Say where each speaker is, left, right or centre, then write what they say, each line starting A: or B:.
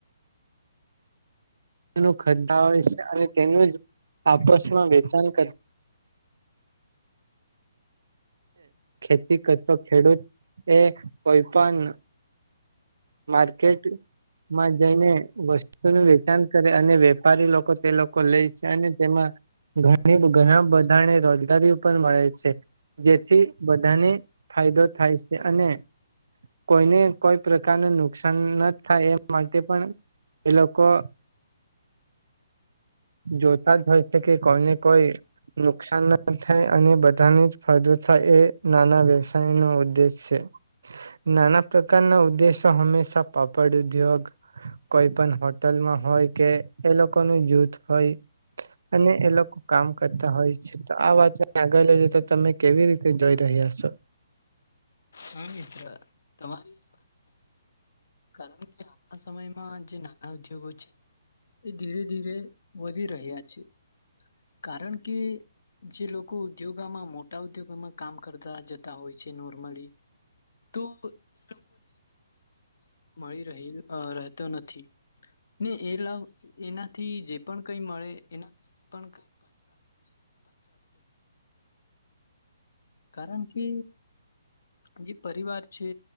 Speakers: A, on the right; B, on the left.
A: નું ખરધા હોય છે અને તેનું જ આપસમાં વેચાણ કર ખેતી કરતો ખેડૂત એ કોઈ પણ માર્કેટ માં જઈને વસ્તુનું વેચાણ કરે અને વેપારી લોકો તે લોકો લે છે અને તેમાં ઘણી ઘણા બધાને રોજગારી પણ મળે છે. જેથી બધાને ફાયદો થાય છે અને કોઈને કોઈ પ્રકારને નુકસાન ન થાય, એ માટે પણ એ લોકો જોતા જ હોય છે કે કોઈને કોઈ નુકસાન ના થાય અને બધાને જ ફાયદો થાય એ નાના વ્યવસાય નો ઉદ્દેશ છે. નાના પ્રકારના ઉદ્દેશો હંમેશા પાપડ ઉદ્યોગ, કોઈ પણ હોટલમાં હોય કે એ લોકોનું જૂથ હોય અને એ લોકો કામ કરતા હોય છે, તો આ વાતને આગળ લઈ જે તો તમે કેવી રીતે જોઈ રહ્યા છો?
B: હા, મિત્ર તમારી વાત સાચી છે. કારણકે હાલના સમય માં જે નાના ઉદ્યોગો છે, એ ધીરે ધીરે વધી રહ્યા છે. કારણકે જે લોકો ઉદ્યોગમાં, મોટા ઉદ્યોગમાં કામ કરતા જતા હોય છે નોર્મલી તો એ લોકો ને એટલું બધું રોજ મળી રહી, રહેતો નથી, ને એ લાવ એનાથી જે પણ કઈ મળે એનાથી પણ કઈ પરિવારો નું છે, એ પણ ચાલી કારણકે જે પરિવાર છે